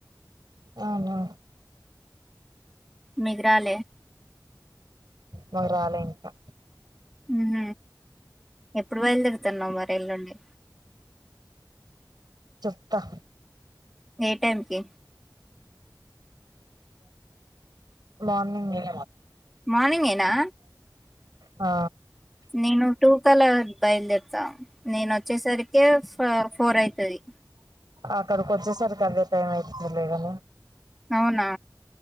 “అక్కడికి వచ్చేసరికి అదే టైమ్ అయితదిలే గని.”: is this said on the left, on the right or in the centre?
Right